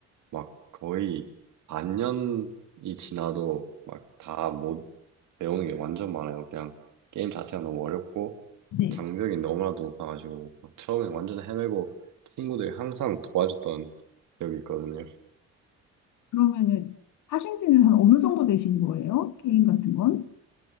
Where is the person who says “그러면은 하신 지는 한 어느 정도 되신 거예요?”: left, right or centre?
Left